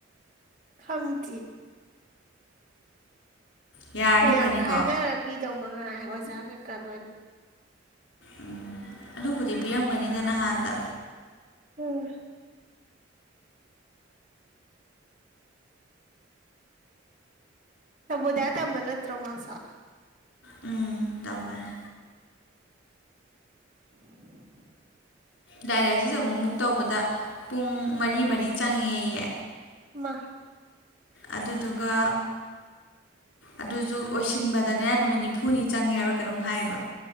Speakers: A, on the right; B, on the left.
A: ꯈꯪꯇ
B: ꯌꯥꯔꯗꯤ
A: ꯃꯌꯥꯝ
B: ꯐꯅꯤꯀꯣ
A: ꯈꯥꯏꯅꯔ ꯄ ꯇꯧ ꯃ ꯉ ꯍꯖꯥ ꯀꯩꯀꯥ ꯂꯣꯏꯅ
B: ꯎꯝ ꯑꯗꯨꯕꯨꯗꯤ ꯄꯤꯔꯝꯒꯅꯤꯗ ꯅꯍꯥꯟꯗ
A: ꯎꯝ ꯇꯕꯨꯗꯌꯥ ꯇ ꯃ ꯅꯠꯇ꯭ꯔꯣꯃꯁ
B: ꯎꯝ ꯇꯃꯅꯤ
A: ꯎ
B: ꯗꯥꯏꯂꯥꯏꯁꯤꯁ ꯑꯃꯨꯛꯃꯨꯛ ꯇꯧꯕꯗ ꯄꯨꯡ ꯃꯔꯤ ꯃꯔꯤ ꯆꯪꯉꯦꯌꯦ
A: ꯃꯥ
B: ꯑꯗꯨꯗꯨꯒ ꯑꯗꯨꯁꯨ ꯑꯣꯏꯁꯤꯟꯕꯗꯅꯦ ꯅꯨꯃꯤꯠ ꯅꯤꯐꯨꯅꯤ ꯆꯪꯉꯦ ꯍꯥꯏꯕ ꯀꯩꯅꯣꯝ ꯍꯥꯏꯌꯦꯕ